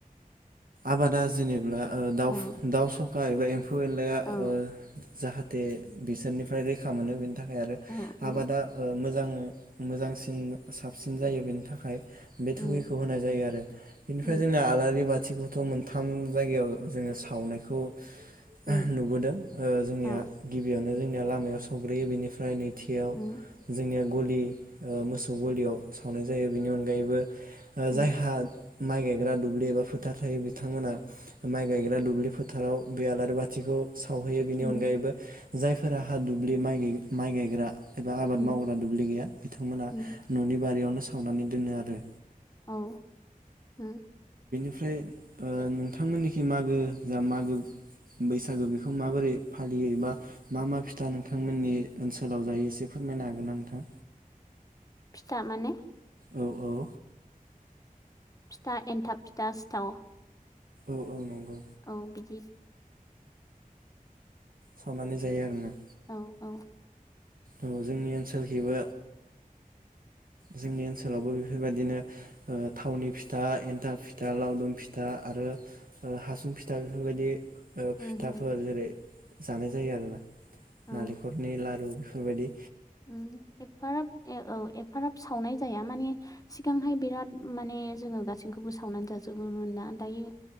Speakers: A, on the right; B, on the left.
A: आबादा जेनेब्ला दाउ
B: औ
A: दाउ सखा एबा एम फौ एनलाया
B: औ
A: जाहाथे जे बिसोरनिफ्राय रैखा मोनो बेनि थाख खाय आरो
B: औ औ
A: आबादा मोजां मोजांसिन साबसिन जायो बेनि थाखाय बे
B: उम
A: थुगिखौ होनाय जायो आरो बेनिफ्राय
B: उम
A: जोंना आलारि बा थि खौथ' मोनथाम जायगायाव जोङो सावनायखौ नुबोदों
B: उम
A: जोंनिया
B: औ
A: गिबियावनो जों लामायाव सावग्रोयो बेनिफ्रायै खाथियाव
B: उम
A: जोंनिया गलि मोसौ गलियाव सावनाय जायो बेनि अनगायैबो जायहा
B: उम
A: माइ गायग्रा दुब्लि एबा फोथार थायो बिथांमोना माइ गायग्रा दुब्लि फोथाराव बे आलारि बाथिखौ सावहैयो बेनि
B: उम
A: अनगायैबो जायफोरा हा दुब्लि माइ गायग्रा एबा आबाद
B: उम
A: मावग्रा दुब्लि गैया बिथांमोना
B: उम
A: न'नि बारियावनो सावनानै दोनो आरो।
B: औ ओम
A: फ्राय नोंथांमोननिखि मागो जा मागो बैसागो बेखौ माबोरै फालियो बा मा मा फिथा नोंथांमोननि ओनसोलाव जायो एसे फोरमायनो हागोन ना नोंथाङा?
B: फिथा माने
A: औ औ
B: फिथा एन्थाब फिथा सिथाव
A: औ औ नंगौ।
B: औ बिदि
A: सावनानै जायो आरो ना।
B: औ औ।
A: औ जोंनि ओनसोलखैबो जोंनि ओनसोलावबो बेफोरबायदिनो थावनि फिथा, एनथाब फिथा, लावदुम फिथा दा आरो हासुं फिथा बेफोरबायदि
B: उम
A: फिथाफोर
B: उम
A: जेरै जानाय जायो आरो ना। नालेंखलनि
B: औ
A: लारु बेबायदि
B: उम एफाराब औ एफाराब सावनाय जाया माने सिगांहाय बिराद माने जोङो गासैखौबो सावनानै जाजोबोमोन ना दायो